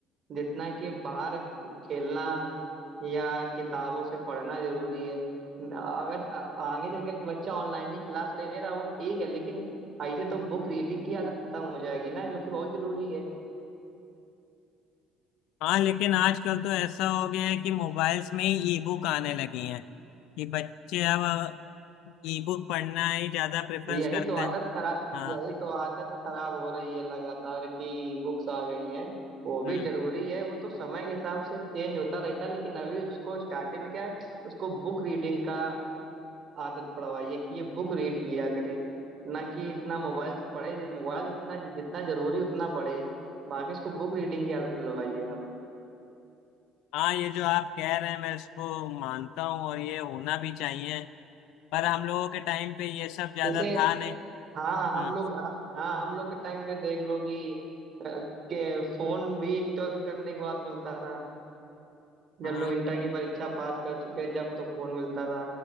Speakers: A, on the right; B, on the left.
A: जितना कि बाहर खेलना या किताबों से पढ़ना जरूरी है अगर आ- आगे चल के बच्चा ऑनलाइन ही क्लास ले रहा है वो ठीक है लेकिन ऐसे तो बुक रीडिंग की आदत खत्म हो जाएगी ना जो कि बहुत जरूरी है
B: हाँ लेकिन आजकल तो ऐसा हो गया है कि मोबाइल्स में ही ई बुक आने लगी हैं कि बच्चे अब ई बुक पढ़ना ही ज्यादा प्रेफरेंस
A: यही
B: करते
A: तो आदत
B: हैं
A: खराब
B: हाँ
A: यही तो आदत खराब हो रही है लगातार कि बुक्स आ गई हैं वो भी
B: हम्म
A: जरूरी है वो तो समय के हिसाब से चेंज होता रहता है लेकिन अभी उसको स्टार्टिंग में क्या है उसको बुक रीडिंग का आदत पड़वाइए कि ये बुक रीड किया करे ना कि इतना मोबाइल से पढ़े जि- मोबाइल इतना जि- जितना जरूरी उतना पढ़े बाकी इसको बुक रीडिंग की आदत दिलवाइए आप
B: हाँ ये जो आप कह रहे हैं मैं इसको मानता हूँ और ये होना भी चाहिए पर हम लोगों के टाइम पे ये सब ज्यादा
A: जैसे
B: था नहीं
A: हाँ हम
B: हम्म,
A: लोग हाँ हम लोग के टाइम पे देख लो कि अ, के फोन भी ट्वेल्थ करने के बाद मिलता था जब
B: हाँ
A: लोग इंटर की परीक्षा पास कर चुके जब तो फोन मिलता था